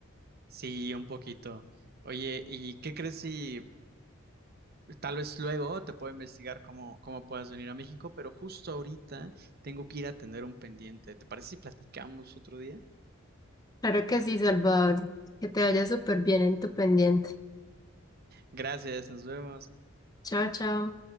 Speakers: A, on the right; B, on the left.
A: Sí, un poquito. Oye, ¿y qué crees si tal vez luego te puedo investigar cómo, cómo puedas venir a México? Pero justo ahorita tengo que ir a atender un pendiente. ¿Te parece si platicamos otro día?
B: Claro que sí, Salvador. Que te vaya súper bien en tu pendiente.
A: Gracias, nos vemos.
B: Chao, chao.